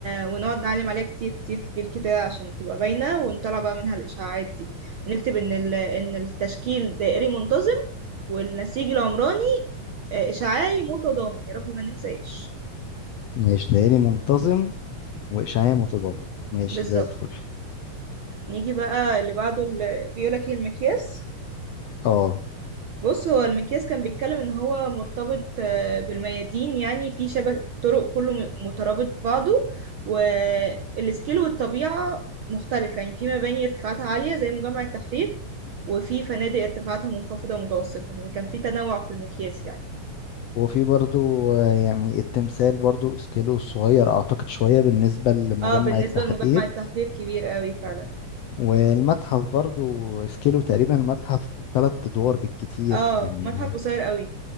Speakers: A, on the right; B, on the left.
A: ونقعد نعلم عليها كتير كتير كتير كده عشان تبقى باينة ونطلع بقى منها الإشعاعات دي ونكتب إن ال... إن التشكيل دائري منتظم والنسيج العمراني آه، إشعاعي متضامن يا رب ما ننساش
B: ماشي دائري منتظم واشعاع متضامن ماشي
A: بالظبط
B: زي الفل
A: نيجي بقى اللي بعده اللي بيقولك ايه المقياس
B: اه
A: بص هو المقياس كان بيتكلم ان هو مرتبط آه، بالميادين يعني في شبكة الطرق كله م- مترابط ببعضه والسكيل والطبيعة مختلفة يعني في مباني ارتفاعاتها عالية زي مجمع التحرير وفي فنادق ارتفاعاتها منخفضة متوسطة يعني كان في تنوع في المقياس يعني
B: وفي برضو آه، يعني التمثال برضو اسكيلو صغير اعتقد شويه بالنسبه لمجمع
A: اه بالنسبة
B: التحرير
A: لمجمع التحرير كبير قوي فعلا
B: والمتحف برضو اسكيلو تقريبا المتحف ثلاث ادوار بالكتير
A: اه
B: يعني
A: متحف قصير قوي